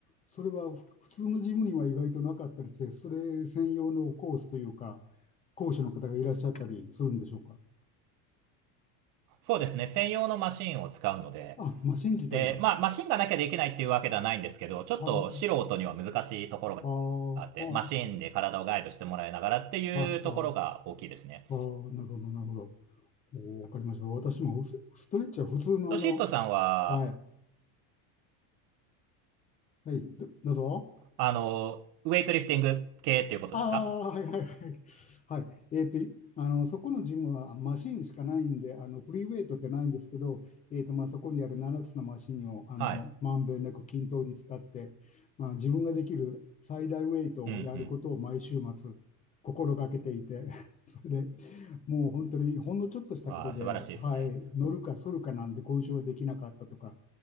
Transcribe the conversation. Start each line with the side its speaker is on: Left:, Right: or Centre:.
Left: それは普通のジムには意外となかったりして、それ専用のコースというか、講師の方がいらっしゃったりするんでしょうか。
Right: そうですね。専用のマシンを使うので、
Left: あ、マシン自体が。
Right: で、まあ、マシンがなきゃできないっていうわけではないんですけど、ちょっと素人には難しいところがあって、
Left: はあ、ああ、
Right: マシーンで体をガイドしてもらいながらっていうところが大きいですね。
Left: ああ、ああ、ああなるほど、なるほど。おーわかりました。私もスストレッチは普通のあの、
Right: ロシットさんは、
Left: はい、はい、ど、どうぞ。
Right: あの、ウェイトリフティング系っていうことですか
Left: ああ、はいはいはい。はい。えっと、いあの、そこのジムはマシンしかないんで、あの、フリーウェイトってないんですけど、えっと、まあ、そこにある7つのマシンを、あの、
Right: はい。
Left: まんべんなく均等に使って、まあ、自分ができる最大ウェイトをやることを毎週末、
Right: うん
Left: 心がけていて、<laughs> それで、もう本当にほんのちょっとしたことで、
Right: うん。わあ、素晴らしいですね。
Left: はい、乗るか反るかなんで、今週はできなかったとか、